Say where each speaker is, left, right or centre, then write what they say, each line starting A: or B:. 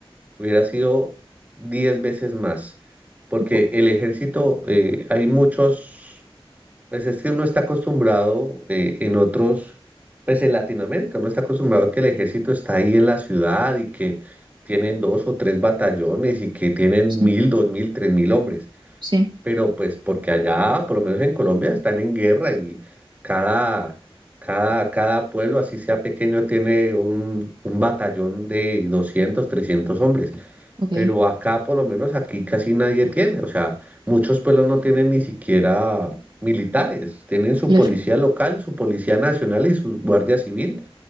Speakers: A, on the right (about 15°); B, on the right (about 55°).
A: hubiera sido 10 veces más, porque
B: o-
A: el ejército, eh, hay muchos... Pues es que uno está acostumbrado eh, en otros, pues en Latinoamérica, uno está acostumbrado que el ejército está ahí en la ciudad y que tienen dos o tres batallones y que tienen
B: sí,
A: mil, dos mil, tres mil hombres.
B: sí,
A: Pero pues porque allá, por lo menos en Colombia, están en guerra y cada, cada, cada pueblo, así sea pequeño, tiene un, un batallón de 200, 300 hombres
B: ok,
A: pero acá por lo menos aquí casi nadie tiene, o sea, muchos pueblos no tienen ni siquiera militares, tienen su
B: claro,
A: policía local, su policía nacional y su guardia civil